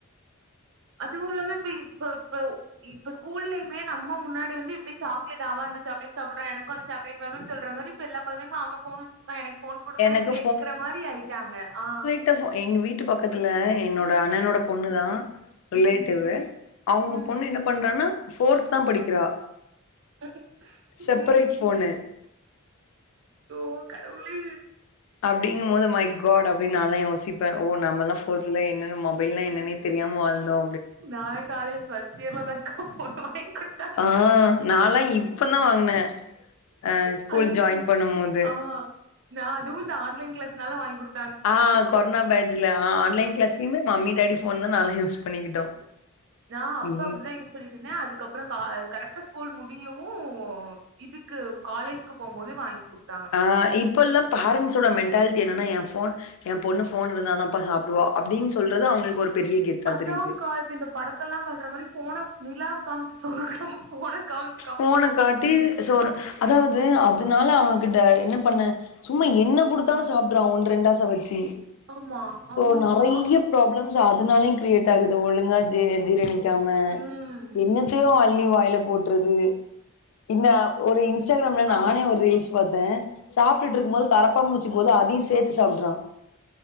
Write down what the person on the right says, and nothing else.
அதுவுல்லாமே இப்ப இப்பப்வ் இப்ப ஸ்கூல்லயுமே நம்ம முன்னாடி வந்து இப்வே சாக்லேட் அவ அந்த சாக்லேட் சாப்புட்றான எனக்கு அந்த சாக்லேட் வேணுன்னு சொல்ற மாரி இப்ப எல்லா கொழந்தைங்களு அவ ஃபோன் வெச்சிருக்கா எனக் ஃபோன் குடுங்க
கேக்கற மாரி ஆய்ட்டாங்க ஆ
ம்
ம்
ம்
ம்
ஐயோ கடவுளே
நாலா காலேஜ் ஃபஸ்டியர்லதாக்கா ஃபோனு வாங்கி குடுத்தாங்க
அதுதா
ஆ நா அதுவு இந்த ஆன்லைன் க்ளாஸ்னால வாங்கி குடுத்
நா அப்ப
அப்டிதா யூஸ் பண்ணிட்ருந்தே அதுக்கப்புறோ கா கரெக்ட்டா ஸ்கூல் முடியவு இதுக்கு காலேஜ்க்கு போம்போது வாங்கி குடுத்
அத்தாங்க்கா
இப்ப இந்த படத்தெலல்லா காட்ற மாரி ஃபோன நிலாவ காம்ச்சு சோறுட்டாம ஃபோன காம்ச்
ஆமா
ஆமாக்கா
ம்
ஆ
ம்